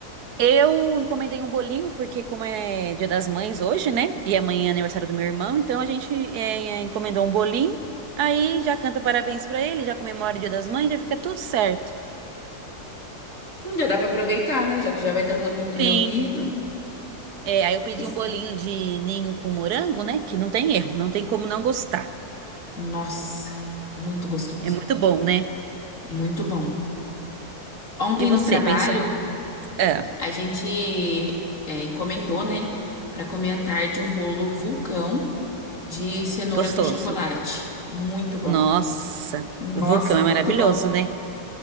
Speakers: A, on the right (about 80°); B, on the left (about 50°).
A: eu encomendei um bolinho, porque como é Dia das Mães hoje, né? E amanhã é aniversário do meu irmão, então a gente é, é, encomendou um bolinho. Aí já canta parabéns pra ele, já comemora o Dia das Mães, já fica tudo certo.
B: Hum, Já dá pra aproveitar, né, já que já vai estar todo mundo
A: Sim.
B: reunido.
A: É, aí eu pedi
B: E-
A: um bolinho de ninho com morango, né? Que não tem erro, não tem como não gostar.
B: Nossa, muito gostoso.
A: É muito bom, né?
B: Muito bom. Ontem
A: E você,
B: no trabalho,
A: pensou em... quê? É,
B: a gente é, encomendou, né, pra comer à tarde um bolo vulcão de cenoura
A: gostoso.
B: com chocolate. Muito bom.
A: Nossa,
B: Nossa,
A: o vulcão é
B: muito
A: maravilhoso,
B: bom.
A: né?